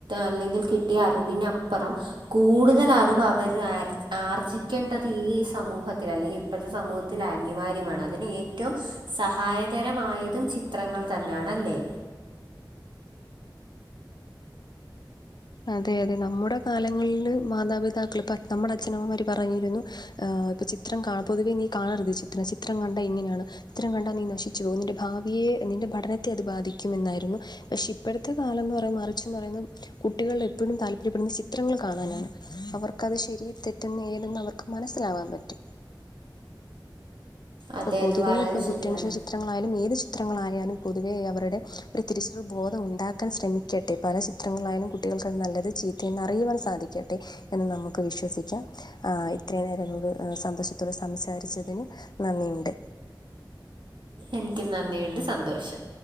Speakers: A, on the right; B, on the left.
A: അല്ലെങ്കിൽ കിട്ടിയ അറിവിനപ്പുറം കൂടുതൽ അറിവ് അവര് ആർ ആർജിക്കേണ്ടത് ഈ സമൂഹത്തിൽ അല്ലെ ഇപ്പോഴത്തെ സമൂഹത്തിൽ അനിവാര്യമാണ്. അതിനന് ഏറ്റവും സഹായ തരമായതും ചിത്രങ്ങൾ തന്നെയാണ് അല്ലേ
B: അതെ അതെ നമ്മുടെ കാലങ്ങളില് മാതാപിതാക്കൾ ഇപ്പ നമ്മുടെ അച്ഛനമ്മമാര് പറഞ്ഞിരുന്നു. ആഹ് ഇപ്പ ചിത്രം പൊതുവേ നീ കാണരുത്. ചിത്രം ചിത്രം കണ്ട എങ്ങനെയാണ്? ചിത്രം കണ്ടാ നീ നശിച്ചു പോകും നിന്റെ ഭാവിയെ നിന്റെ പഠനത്തെ അത് ബാധിക്കും എന്നായിരുന്നു പക്ഷെ ഇപ്പോഴത്തെ കാലം എന്ന് പറയ മറിച്ച്ന്ന് പറയുന്നത് കുട്ടികള എപ്പോഴും താല്പര്യപ്പെടുന്ന ചിത്രങ്ങൾ കാണാനാണ് അവർക്കത് ശരി തെറ്റെന്ന് ഏതെന്ന് അവർക്ക് മനസ്സിലാകൻ പറ്റും അപ്പൊ
A: അതെ
B: പൊതുവെ
A: അത് വളരെ
B: ഇപ്പം കുറ്റനുശോ
A: ശരിയാണ്
B: ചിത്രങ്ങളായാലും ഏത് ചിത്രങ്ങളായാലും പൊതുവെ അവരുടെ ഒരു തിരിച്ചെറു ബോധം ഉണ്ടാക്കാൻ ശ്രമിക്കും ട്ടെ പല ചിത്രങ്ങളിലായാലും കുട്ടികൾക്ക്ത് നല്ലത് ചീത്തയന്ന് അറിയുവാൻ സാധിക്കട്ടെ. എന്ന് നമുക്ക് വിശ്വസിക്കാം ആ ഇത്രയും നേരം എന്നോട് സന്തോഷത്തോടെ സംസാരിച്ചതിന് നന്ദിയുണ്ട്.
A: എനിക്കും നന്ദിയുണ്ട്. സന്തോഷം.